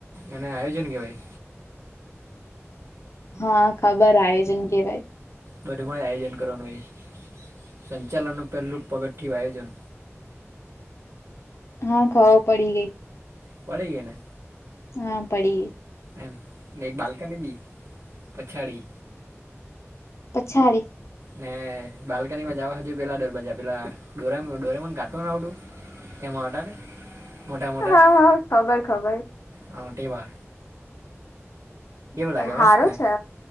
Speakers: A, on the right (about 65°); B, on the left (about 65°).
A: એને આયોજન કેવાય.
B: હા ખબર આજન કેવાય.
A: બધમાં જ આયોજન કરવાનું હોય છે સંચાલનનું પહેલું પગથયું આયોજન.
B: હા ઘર પડી ગઈ.
A: પળીગેના?
B: હા પડી.
A: એમ ને એક બાલ્કની બી પછાડી.
B: પછાડી.
A: ને બાલ્કની માં જવા હજુ પેલા દરવાજા પેલા ડોરે ડોરે મને કાટું ના આવડું. એમાંટલ મોટા મોટા
B: હા હા ખબર ખબર
A: હ ટટેવા.
B: સારો
A: લાગે મસ્ત ને
B: છે